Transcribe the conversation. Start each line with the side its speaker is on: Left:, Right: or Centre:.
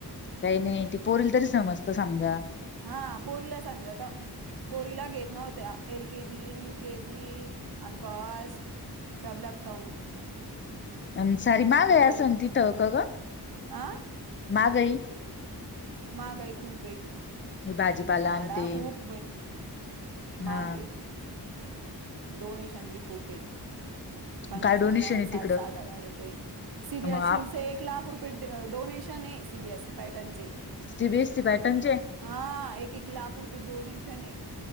Left: काही नाही ती पोरील तरी समजत समजा
Right: हा पूरीला समजाता. पोरीला घेत नव्हत्या. L K G U K G अनफास्ट सब लागताको.
Left: अ सारी मा ग्या
Right: करून
Left: स तिथ क ग
Right: आ
Left: मा गई.
Right: मागय खूप आहे
Left: मी भाजीपाला
Right: झाडा
Left: आण ते
Right: खूप. मागे
Left: हा
Right: डोनेशन बी खूप आहे. पन्नास
Left: काय डोनेशन
Right: पन्नास
Left: आहे
Right: साठ
Left: तिकडं
Right: साठ हजार रुपये सीबीएसईचे
Left: मग
Right: एक लाख रुपये. डोनेशन आहे सी बीएसई पयटनचे.
Left: सीबीएसी पाॅटनचे.
Right: हा एक एक लाख रुपये डोनेशन आहे.